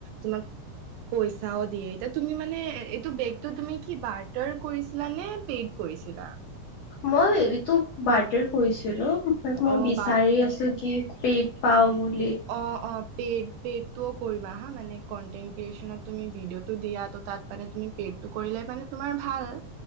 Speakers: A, on the right (about 85°); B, on the left (about 80°).
A: তোমাক পইচাও দিয়ে এতিয়া তুমি মানে এইটো বেগতটো তুমি কি বাৰটাৰ কৰিছিলা নে পেড কৰি। কৰিছিলা।
B: মই এইটো বাৰডৰ কৈছিলো মই
A: অ
B: বিচাৰি
A: বাট
B: আছো কি? পেট পা বল
A: অ-অ পেড পেডটোও কৰিবা হা মানে কন্টেন্ট ক্ৰিয়েচনত। তুমি ভিডিঅ'টো দিয়া ত তাত মানে তুমি পেডটো কৰিলে মানে তোমাৰ ভাল।